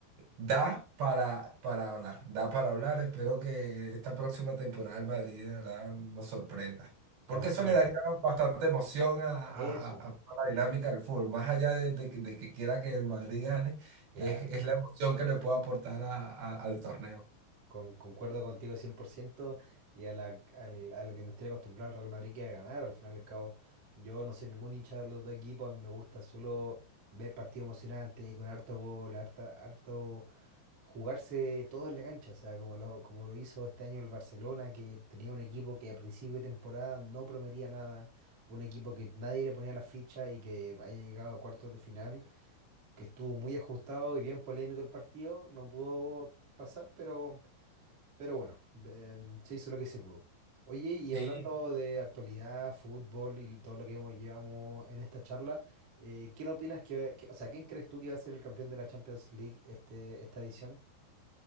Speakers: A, on the right; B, on the right.
A: Da para, para hablar, da para hablar. Espero que esta próxima temporada el Madrid de verdad nos sorprenda. Porque
B: Concuerdo.
A: eso le daría bastante emoción a, a-
B: Eso,
A: a- a toda la dinámica del fútbol. Más allá de, de que de que quiera que el Madrid gane,
B: claro.
A: es, es la emoción que le puede aportar a- a- al torneo.
B: Con, concuerdo contigo 100% y a, la, al- a lo que nos tiene acostumbrado el Real Madrid que a ganar. Al final y al cabo, yo no soy ningún hincha de los dos equipos. A mí me gusta solo ver partidos emocionantes con harto gol, harta, harto jugarse todo en la cancha. O sea, como lo, como lo hizo este año el Barcelona, que tenía un equipo que a principio de temporada no prometía nada, un equipo que nadie le ponía la ficha y que haya llegado a cuartos de final, que estuvo muy ajustado y bien polémico el partido. No pudo pasar, pero. Pero bueno, em, se hizo lo que se pudo. Oye, y
A: Sí.
B: hablando de actualidad, fútbol y todo lo que hemos, llevamos en esta charla, eh, ¿quién opinas que, que- o sea, quién crees tú que va a ser el campeón de la Champions League este, esta edición?